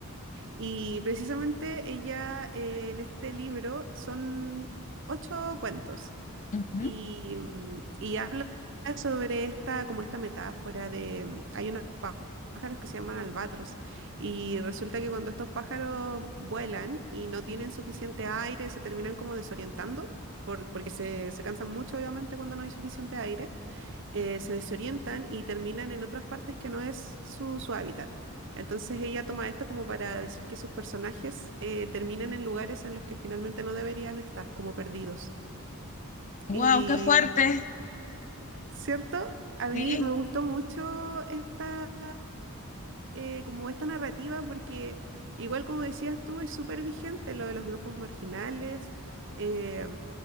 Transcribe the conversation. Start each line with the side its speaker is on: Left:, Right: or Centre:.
Right: Y precisamente ella eh, en este libro son ocho cuentos
Left: Ujú.
Right: y, mm, y habla sobre esta, como esta metáfora de, mm, hay unos pá- pájaros que se llaman albatros y resulta que cuando estos pájaros vuelan y no tienen suficiente aire, se terminan como desorientando. por- porque se, se cansan mucho, obviamente, cuando no hay suficiente aire, eh, se desorientan y terminan en otras partes que no es su, su hábitat. Entonces ella toma esto como para decir que sus personajes eh, terminan en lugares en los que finalmente no deberían estar, como perdidos. Y
Left: Wow, qué fuerte.
Right: ¿Cierto? A mí
Left: Sí,
Right: me gustó mucho esta, eh, como esta narrativa porque igual como decías tú, es súper vigente lo de los grupos marginales. eh,